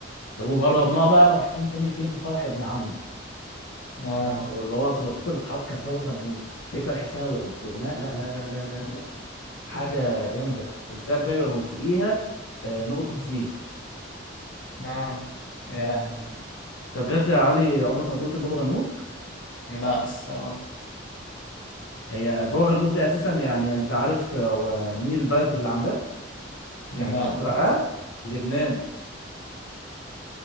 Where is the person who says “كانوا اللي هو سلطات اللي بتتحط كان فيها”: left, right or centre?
Left